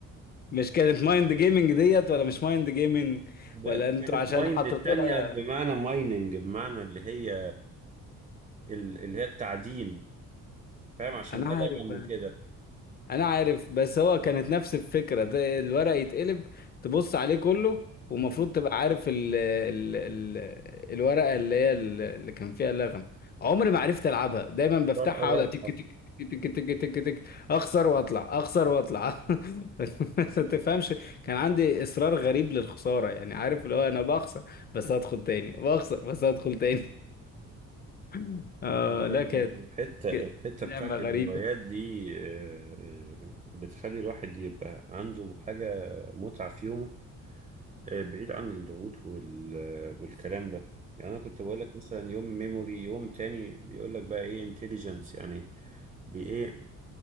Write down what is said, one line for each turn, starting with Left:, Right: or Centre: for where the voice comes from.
Left: مش كانت مايند جيمنج ديت ولا مش مايند جيمنج
Right: ده
Left: ولا
Right: دي
Left: انتوا
Right: كانت
Left: عشان
Right: مايند
Left: حطيتوا
Right: التانية
Left: لها
Right: بمعنى مايننج بمعنى اللي هي ال- اللي هي التعدين فاهم عشان
Left: انا
Right: ده
Left: عارف
Right: لغم وكده
Left: انا عارف بس هو كانت نفس الفكره ده الورق يتقلب تبص عليه كله ومفروض
Right: مم.
Left: تبقى عارف ال ال ال الورقه اللي هي ال- اللي كان فيها اللغم عمري ما عرفت العبها دايما بفتحها
Right: فرق الرابحة
Left: اقعد تك تك تك تك تك تك تك اخسر واطلع اخسر واطلع <laughs> بس ما تفهمش كان عندي اصرار غريب للخساره يعني عارف اللي هو انا بخسر بس هدخل تاني بخسر بس هدخل تاني <laughs> اه
Right: يعني
Left: لا كانت
Right: الحتة الحتة
Left: كانت لعبه
Right: بتاعت
Left: غريبه
Right: الهوايات دي آه، آه، بتخلي الواحد يبقى عنده حاجة متعة في يومه آه، بعيد عن الضغوط وال- آه، والكلام ده يعني أنا كنت بقول لك مثلا يوم ميموري يوم تاني بيقول لك بقى إيه انتليجنس يعني بإيه